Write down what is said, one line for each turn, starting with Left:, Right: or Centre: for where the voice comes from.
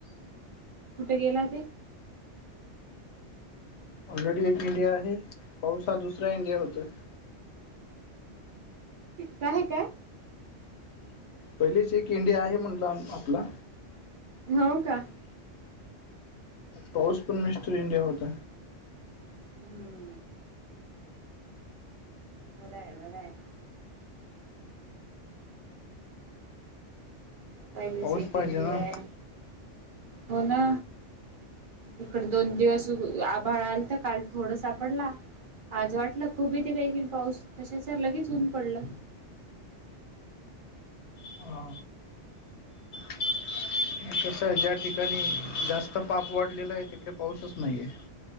Right: कुठे गेला ते
Left: ऑलरेडी एक इंडिया आहे पाऊस हा दुसरा इंडिया होतोय
Right: काय काय
Left: पहिलेच एक इंडिया आहे म्हणलं आपला
Right: हो का
Left: पाऊस पण मिस्टर इंडिया होत
Right: हम्म बरंय बरंय पहिले
Left: पाऊस
Right: सेकंली
Left: पाहिजे ना
Right: आहे हो ना इकड दोन दिवस आभाळा आल तर काल थोड सापडला आज वाटलं खूप येते काही घ पाऊस तशाच लगेच ऊन पडलं
Left: ह कसं आहे ज्या ठिकाणी जास्त पाप वाढलेलं आहे तिकडे पाऊसच नाहीये